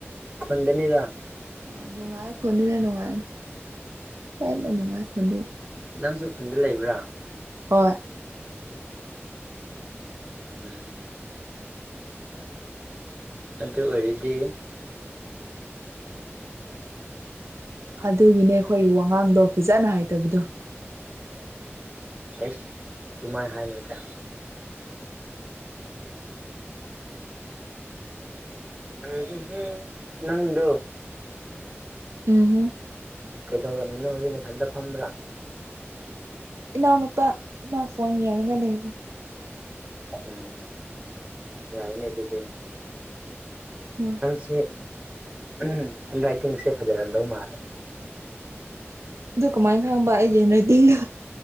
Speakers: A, on the right (about 25°); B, on the right (about 75°).
A: ꯈꯨꯟꯗꯅꯤꯗ
B: ꯑꯥ ꯅꯨꯡꯉꯥꯏ ꯈꯨꯟꯗꯅꯥ ꯅꯨꯡꯉꯥꯏ ꯍꯦꯟꯅ ꯅꯨꯡꯉꯥꯏ <unintelligible>
A: ꯅꯪꯖꯨ ꯈꯨꯟꯗ ꯂꯩꯕ꯭ꯔꯥ
B: ꯍꯣꯏ
A: ꯎꯝ ꯑꯗꯨ ꯑꯣꯏꯔꯗꯤ
B: ꯑꯗꯨꯒꯤꯅꯦ ꯑꯩꯈꯣꯏ ꯋꯥꯉꯥꯡꯗꯣ ꯐꯖꯅ ꯍꯥꯏꯗꯕꯗꯣ
A: ꯑꯩꯁ ꯑꯗꯨꯨꯃꯥꯏ ꯍꯥꯏꯅꯨꯗ <unintelligible> ꯅꯪꯗꯨ
B: ꯎꯝ <unintelligible>
A: ꯀꯩꯗꯧꯔꯝꯃꯤꯅꯣ ꯍꯧꯖꯤꯛ ꯅꯊꯟꯇꯥ ꯐꯝꯕ꯭ꯔꯥ
B: ꯏꯅꯥꯎ ꯅꯨꯄꯥ ꯃꯥ ꯐꯣꯟ ꯌꯦꯡꯉꯒ ꯂꯩꯔꯤ
A: ꯎꯝ ꯌꯥꯏꯅꯦ ꯗꯨꯗꯤ
B: ꯍꯣꯏ
A: ꯁꯤ ꯍꯦꯟ ꯔꯥꯏꯇꯤꯡꯁꯦ ꯐꯖꯔꯝꯗꯧ ꯃꯥꯜꯂꯦ
B: ꯑꯗꯨ ꯀꯃꯥꯏꯟ ꯈꯪꯕ ꯑꯩꯒꯤ ꯍꯦꯟ ꯔꯥꯏꯇꯤꯡꯗꯨ